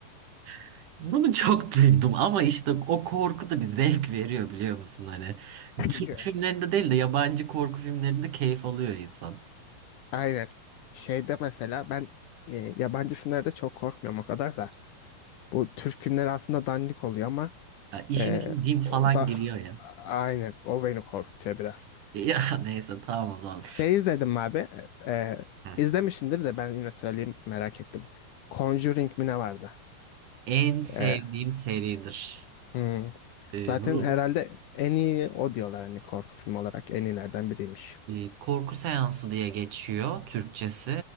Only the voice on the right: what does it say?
<laughs> bunu çok duydum ama işte o korku da bir zevk veriyor biliyor musun hani.
Türk filmlerinde değil de yabancı korku filmlerinde keyif alıyor insan.
Ya işin
için din falan
giriyor ya.
Ya <laughs> neyse tamam o zaman.
He.
En sevdiğim
seridir.
Ee,
Ru-
E, Korku seansı diye geçiyor Türkçesi.